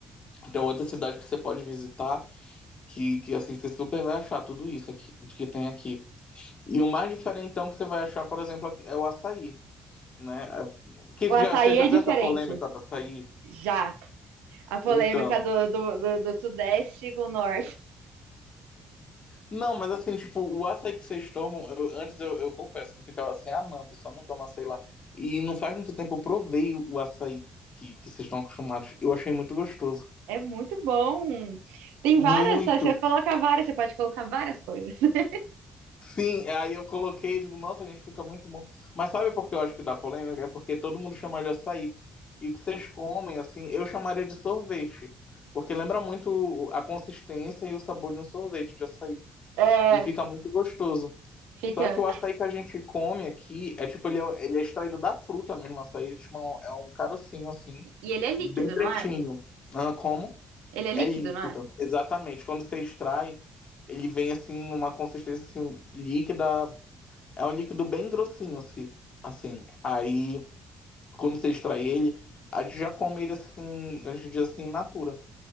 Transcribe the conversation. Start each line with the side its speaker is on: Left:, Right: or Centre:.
Left: Então, outra cidade que você pode visitar, que, que assim, você super vai achar tudo isso aqui, de que tem aqui. E o mais diferentão que você vai achar, por exemplo, é o açaí, né? É, Que
Right: o
Left: já,
Right: açaí
Left: você já
Right: é
Left: viu
Right: diferente.
Left: essa polêmica do açaí?
Right: Já. A polêmica
Left: Então.
Right: do, do, do, do Sudeste com o Norte.
Left: Não, mas assim, tipo, o açaí que vocês tomam, eu- antes eu, eu confesso que eu ficava assim, ah não, o pessoal não toma açaí lá. E não faz muito tempo eu provei o açaí que, que vocês estão acostumados. Eu achei muito gostoso.
Right: É muito bom. Tem
Left: Muito.
Right: várias, tá? você coloca várias, você pode colocar várias coisas. <laughs>
Left: Sim, aí eu coloquei e digo, nossa, gente, fica muito bom. Mas sabe por que eu acho que dá polêmica? É porque todo mundo chama de açaí. E que vocês comem, assim, eu chamaria de sorvete. Porque lembra muito a consistência e o sabor de um sorvete de açaí.
Right: É,
Left: E fica muito gostoso.
Right: fica.
Left: Só que o açaí que a gente come aqui é tipo, ele é, ele é extraído da fruta mesmo, o açaí, ele, tipo, é um é um carocinho assim,
Right: E ele é líquido,
Left: bem pretinho.
Right: não é?
Left: Ah, como?
Right: Ele é
Left: É
Right: líquido,
Left: líquido,
Right: não é?
Left: exatamente. Quando você extrai, ele vem assim numa consistência assim líquida, é um líquido bem grossinho assim, assim. Aí quando você extrai ele, a gente já come ele assim, a gente diz assim, in natura.